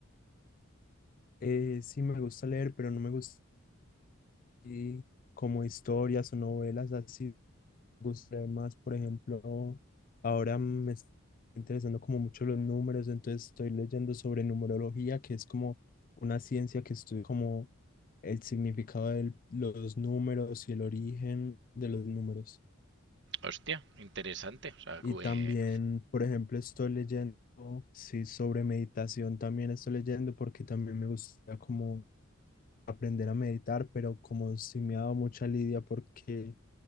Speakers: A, on the left; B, on the right.
A: Eh, sí me gusta leer, pero no me gusta así como historias o novelas así. Me gusta leer más, por ejemplo, ahora me está interesando como mucho los números, entonces estoy leyendo sobre numerología, que es como una ciencia que estudia como el significado de los números y el origen de los números.
B: Hostia, interesante. O sea,
A: Y también,
B: eh,
A: por ejemplo, estoy leyendo, sí, sobre meditación también estoy leyendo porque también me gusta como aprender a meditar, pero como sí me ha dado mucha lidia porque